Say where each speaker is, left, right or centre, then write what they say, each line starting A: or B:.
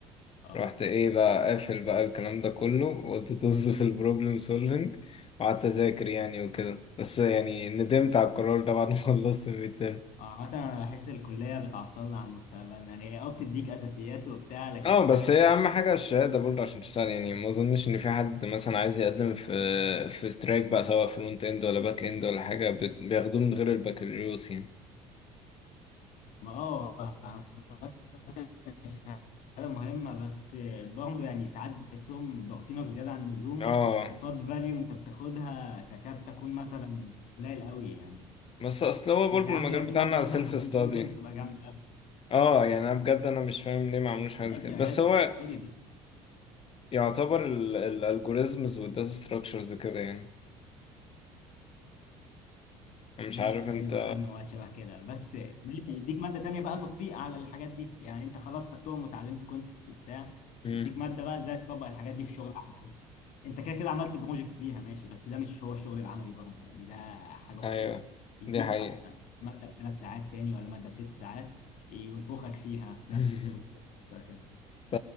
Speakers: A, on the left (about 50°); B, on the left (about 35°).
A: اه
B: رحت ايه بقى قافل بقى الكلام ده كله وقلت طز في البروبلم سولفينج وقعدت اذاكر يعني وكده بس يعني ندمت على القرار ده بعد ما <laughs> خلصت الميد
A: اه عامة انا بحس الكلية بتعطلنا عن مستقبلنا يعني هي اه بتديك اساسيات وبتاع لكن
B: اه
A: في
B: بس
A: حاجات
B: هي اهم حاجه الشهاده برضه عشان تشتغل يعني ما اظنش ان في حد مثلا عايز يقدم في في سترايك بقى سواء فرونت اند ولا باك اند ولا حاجه بت- بياخدوه من غير البكالوريوس يعني
A: ما اه عامة الشهادة مهمة بس برضه يعني ساعات بتحسهم ضاغطينك زيادة عن اللزوم
B: اه
A: قصاد فاليو انت بتاخدها تكاد تكون مثلا قليل قوي يعني
B: بس اصل هو برضه
A: انت عارف
B: المجال
A: لو في
B: بتاعنا
A: مادة مثلا
B: سيلف
A: بروبلم
B: ستادي
A: سولفنج تبقى جامدة
B: اه يعني انا بجد انا مش فاهم ليه ما عملوش حاجه
A: ماشي
B: زي كده
A: مجال
B: بس هو
A: فاضي بس
B: يعتبر الالجوريزمز والداتا ستراكشرز كده يعني أنا
A: ماشي
B: مش عارف انت
A: حلو خدنا وقت شبه كده بس ماشي يديك مادة تانية بقى تطبيق على الحاجات دي يعني انت خلاص خدتهم وتعلمت كونسبتس وبتاع
B: مم.
A: يديك مادة بقى ازاي تطبق الحاجات دي في الشغل العملي انت كده كده عملت بروجكت بيها ماشي بس ده مش هو الشغل العملي برضه يعني ده حاجة بسيطة
B: ايوه
A: يديك
B: دي حقيقه
A: بقى مادة بثلاث ساعات تاني ولا مادة بست ساعات ينفخك فيها في
B: <laughs>
A: نفس التوبكس اللي انت كنت واخدها
B: انت